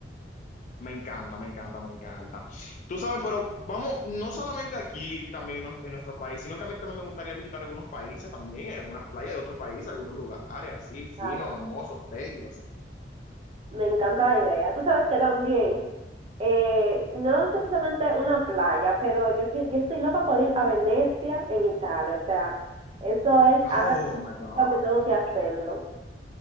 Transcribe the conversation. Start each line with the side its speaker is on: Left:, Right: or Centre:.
Left: Me encanta, me encanta, me encanta. Tú sabes, pero vamos, no solamente aquí también en, nos- en nuestro país, sino que a mí también me gustaría visitar algunos países también, algunas playas de otros países, algunos lugares así, finos,
Right: Claro.
Left: hermosos, bellos.
Right: Me encanta la idea. Tú sabes que también, eh, no es precisamente una playa, pero yo, qui- yo estoy loca por ir a Venecia en Italia. O sea, eso es
Left: Oh,
Right: algo
Left: my God.
Right: que tengo que hacerlo.